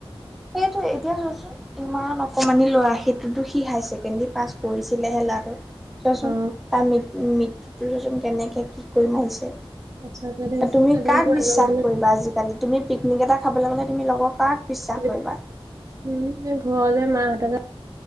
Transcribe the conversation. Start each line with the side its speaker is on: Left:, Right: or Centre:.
Centre: সেইটো য়ে এতিয়া চোৱাচোন ইমান অকণমানি ল'ৰা সেইটোতো সি হাইচেকেণ্ডেৰী পাছ কৰিছিলেহে ল'ৰাটো চোৱাচোন
Right: অ
Centre: তাৰ মি মৃত্যুটো চোন কেনেকে কি কৰি মাৰিছে।
Right: সঁচাকে দেই
Centre: তুমি
Right: আজিকালি
Centre: কাক
Right: মানুহবোৰে
Centre: বিশ্বাস কৰিবা আজিকালি। তুমি পিকনিক এটা খাবলৈ গ'লে তুমি লগৰ কাৰ বিশ্বাস
Right: উম,
Centre: কৰিবা
Right: ঘৰৰ যায় মা হতে যায়।